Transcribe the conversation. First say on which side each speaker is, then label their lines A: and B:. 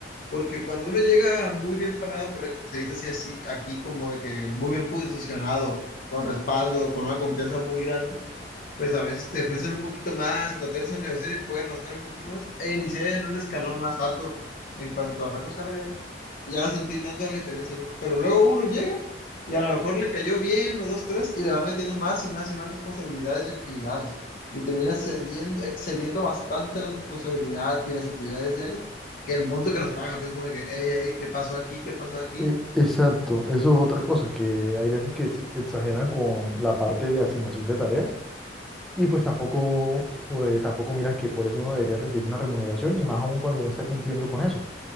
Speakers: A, on the left (about 50°); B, in the centre.
A: Porque cuando uno llega muy bien parado, por ac- se dice así, así aquí como de que muy bien posicionado, con respaldo, con una confianza muy grande, pues a veces te ofrecen un poquito más o tratar de negociar y puedes raspar un poquito más e iniciar en un escalón más alto en cuanto a rango salarial y ya no sentir tanto la diferencia, ¿no? Pero luego uno llega y a lo mejor le cayó bien o dos, tres y le va metiendo más y más y más responsabilidades y actividades y termina cediendo- excediendo bastante la responsabilidad y las actividades diarias que el monto que nos pagan, pues como de que, hey, hey, ¿qué pasó aquí? ¿Qué pasó aquí?
B: e- exacto. Eso es otra cosa, que hay veces que se exageran con la parte de asignación de tareas Y pues tampoco, eh, tampoco miran que por eso uno debería recibir una remuneración y más aún cuando uno está cumpliendo con eso,